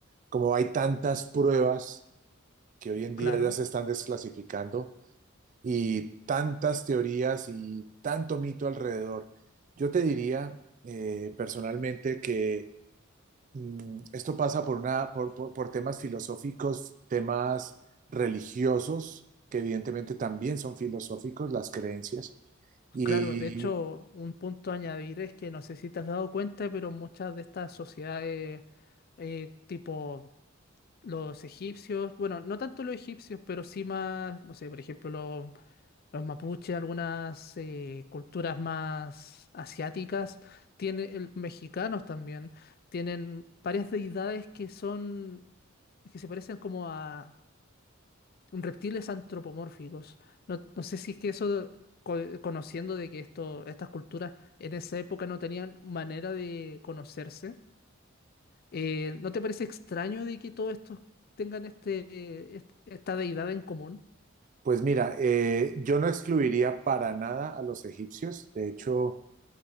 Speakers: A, on the right; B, on the left.
A: como hay tantas pruebas que hoy en
B: Claro,
A: día ya se están desclasificando y tantas teorías y tanto mito alrededor. Yo te diría eh, personalmente que mm, esto pasa por, una, por, por, por temas filosóficos, temas religiosos, que evidentemente también son filosóficos, las creencias. Y
B: claro. De hecho, un punto a añadir es que no sé si te has dado cuenta, pero muchas de estas sociedades, eh, tipo los egipcios, bueno, no tanto los egipcios, pero sí más, no sé, por ejemplo, los, los mapuches, algunas eh, culturas más asiáticas, tiene, el- mexicanos también, tienen varias deidades que son, que se parecen como a reptiles antropomórficos. No, no sé si es que eso, co- conociendo de que esto, estas culturas en esa época no tenían manera de conocerse, eh, ¿no te parece extraño de que todos estos tengan este, eh, est- esta deidad en común,
A: pues mira, eh, yo no excluiría para nada a los egipcios. De hecho,